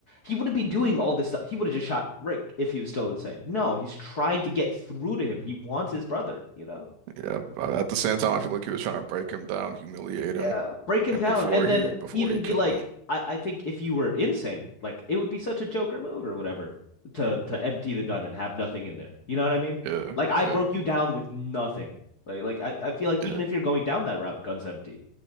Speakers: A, on the left (about 80°); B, on the right (about 90°).
A: he wouldn't be doing all this stuff. He would have just shot Rick if he was still insane. No, he's trying to get through to him. He wants his brother, you know?
B: Yeah, but at the same time, I feel like he was trying to break him down, humiliate
A: yeah,
B: him,
A: break him
B: and
A: down,
B: before
A: and then
B: he before
A: even
B: he
A: be
B: killed
A: like,
B: him.
A: I, I think if you were insane, like it would be such a Joker move or whatever to to empty the gun and have nothing in there. You know what I mean?
B: Yeah,
A: Like I
B: yeah,
A: broke you down with nothing. Like like I, I feel like
B: yeah.
A: even if you're going down that route, gun's empty.